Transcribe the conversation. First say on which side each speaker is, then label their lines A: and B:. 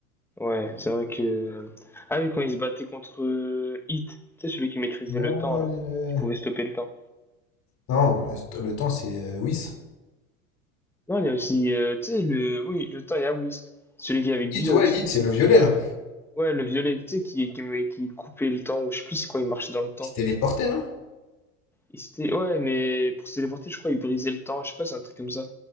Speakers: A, in the centre; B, on the left.
A: Ouais, c'est vrai que. euh, Ah oui, quand il se battait contre euh, Hit, tu sais, celui qui maîtrisait
B: Ouais.
A: le temps, là. Qui pouvait stopper le temps.
B: Non, le, le temps c'est euh, Whis.
A: Non, il y a aussi. euh, tu sais, le. Oui, le temps, il y a Whis. Celui qui est avec
B: Hit,
A: Beerus.
B: ouais, Hit, c'est le violet, là.
A: Ouais, le violet, tu sais, qui, qui, me- qui coupait le temps, ou je sais plus c'est quoi, il marchait dans le temps.
B: Il se téléportait, non?
A: Et c'était, ouais, mais pour se téléporter, je crois, il brisait le temps, je sais pas, c'est un truc comme ça.